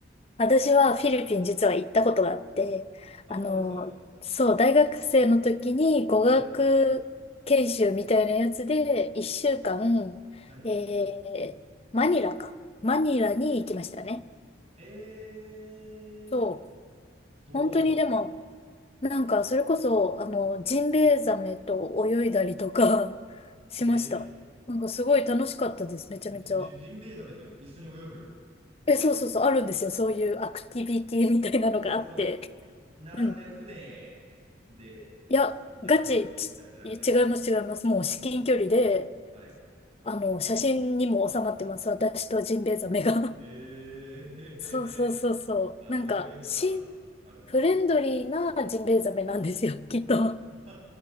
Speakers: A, on the left; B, on the right.
A: 私はフィリピン実は行ったことがあって、
B: あ、
A: あの、
B: 本当ですか。
A: そう、大学生の時に語学研修みたいなやつで、
B: はい。
A: 1週間、
B: はい。
A: えー、マニラか。マニラに行きましたね。
B: えー、
A: そう。
B: どうでした
A: 本当にでも、なんか、それこそ、あの、ジンベエザメと泳いだりとか <laughs> しました。
B: え
A: なんか、すごい楽しかったです。めちゃめちゃ。
B: ー、じ、じ、ジンベエザメと一緒に泳ぐ。
A: え、そうそうそう、あるんですよ。そういうアクティビティみたいなのがあって。
B: え、その、並んで船で
A: うんいや、
B: 並んでみたいなのじゃなくて、
A: ガチ、ち違います違います。もう至近距離で、
B: はい。
A: あの、写真にも収まってます。私とジンベエザメが。
B: えー、<laughs>
A: <laughs>
B: へへへ。
A: そうそうそうそう。
B: あ、
A: なんか、
B: そういうのがあるんですね。
A: し、フレンドリーなジンベエザメなんですよ、<laughs> きっと。
B: <laughs> い